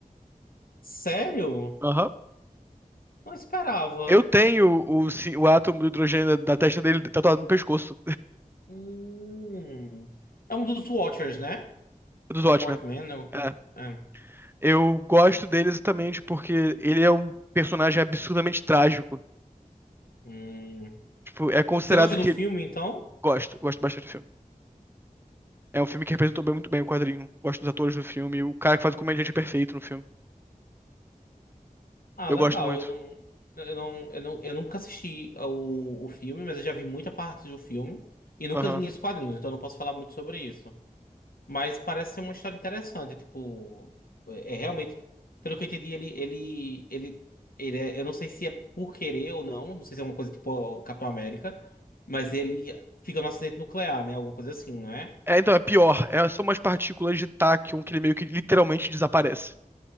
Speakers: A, on the left; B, on the right.
A: Sério?
B: Aham.
A: Não esperava.
B: Eu tenho o, ci- o átomo do hidrogênio da, da testa dele tatuado no pescoço,
A: Hum. É um dos Watchers, né?
B: dos Watchmen.
A: Watchmen, né? alguma coisa.
B: É.
A: É.
B: Eu gosto dele exatamente porque ele é um personagem absurdamente trágico.
A: Hum.
B: Tipo, é considerado
A: Você gosta
B: que.
A: do filme, então?
B: Gosto, gosto bastante do filme. É um filme que representou bem- muito bem o quadrinho. Gosto dos atores do filme. O cara que faz o comediante é perfeito no filme.
A: Ah,
B: Eu
A: legal.
B: gosto muito.
A: Eu não, eu não, eu não, eu nunca assisti o, o filme, mas eu já vi muita parte do filme e nunca
B: Aham.
A: li os quadrinhos, então eu não posso falar muito sobre isso. Mas parece ser uma história interessante, tipo, é é realmente, pelo que eu entendi, ele, ele, ele, ele é, eu não sei se é por querer ou não, não sei se é uma coisa tipo o Capitão América, mas ele fica num acidente nuclear, né? Alguma coisa assim, não é?
B: É, então, é pior. É, são umas partículas de Tachyon que ele meio que literalmente desaparece.